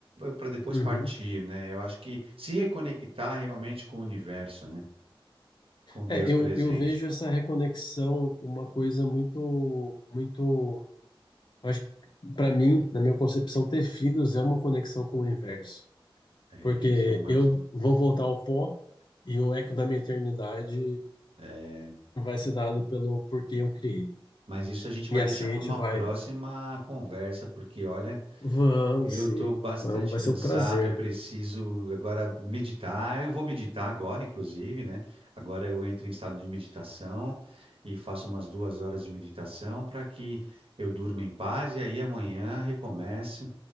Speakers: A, on the right (about 85°); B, on the left (about 50°).
A: para depois
B: Uhum.
A: partir, né? Eu acho que se reconectar realmente com o universo, né? Com Deus
B: É, eu,
A: presente.
B: eu vejo essa reconexão uma coisa muito, muito. Eu acho que para mim, na minha concepção, ter filhos é uma conexão com o universo,
A: É
B: porque
A: isso, é uma,
B: eu vou voltar ao pó e o eco da minha eternidade
A: é,
B: vai ser dado pelo por quem eu criei.
A: mas isso a gente vai
B: E assim
A: deixar
B: a
A: para
B: gente
A: uma
B: vai.
A: próxima conversa, porque olha,
B: Vamos,
A: Eu
B: sim,
A: estou bastante
B: vamos, vai
A: cansado,
B: ser um prazer.
A: eu preciso agora meditar. Eu vou meditar agora, inclusive, né? Agora eu entro em estado de meditação e faço umas duas horas de meditação para que eu durma em paz e aí amanhã recomeço